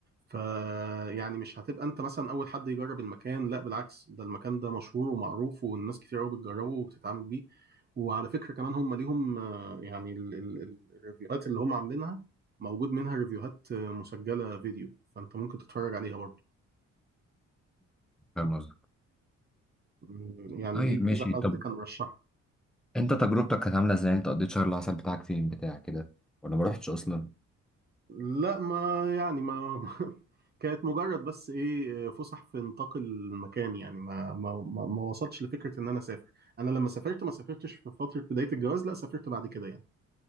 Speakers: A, on the right (about 35°); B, in the centre.
A: ف يعني مش هتبقى انت مثلا اول حد يجرب المكان لا بالعكس ده المكان ده مشهور ومعروف والناس كتير قوي بتجربه وبتتعامل بيه وعلى فكرة كمان هم ليهم آه، يعني ال- ال- ال- الريفيوهات اللي هم عاملينها موجود منها ريفيوهات آه، مسجلة فيديو فانت ممكن تتفرج عليها برضه
B: فاهم قصدك
A: مم، يعني
B: طيب
A: دي كذا
B: ماشي
A: حد
B: طب
A: كان رشحها
B: انت تجربتك كانت عاملة ازاي انت قضيت شهر العسل بتاعك فين بتاع كده ولا ما رحتش اصلا
A: لا ما يعني ما <laughs> كانت مجرد بس ايه فسح في نطاق المكان يعني ما ما ما ما وصلتش لفكره ان انا اسافر انا لما سافرت ما سافرتش في فتره بدايه الجواز لا سافرت بعد كده يعني